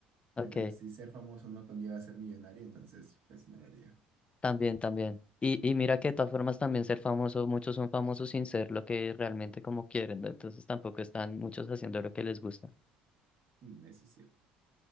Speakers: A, on the right (about 50°); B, on the left (about 25°).
A: Pero
B: Ok,
A: si ser famoso no conlleva a ser millonario, entonces pues no lo haría.
B: también, también. Y, y mira que de todas formas también ser famoso, muchos son famosos sin ser lo que realmente como quieren, ¿no? Entonces tampoco están muchos haciendo lo que les gusta.
A: Mm, Eso es cierto.